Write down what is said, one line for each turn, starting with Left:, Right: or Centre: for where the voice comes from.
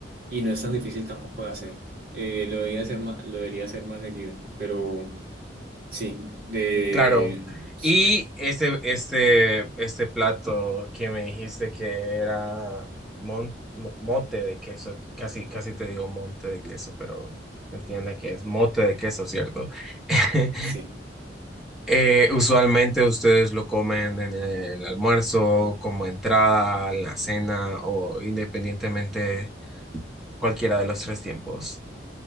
Right: y no es tan difícil tampoco de hacer. Eh, lo debería hacer más, lo debería hacer más seguido, pero sí, de
Centre: Claro.
Right: sí,
Centre: Y este, este, este plato que me dijiste que era mon- mo- mote de queso, casi, casi te digo monte de queso, pero se entiende que es mote de queso, ¿cierto? <laughs>
Right: sí.
Centre: Eh, usualmente ustedes lo comen en el almuerzo, como entrada, en la cena o independientemente cualquiera de los tres tiempos.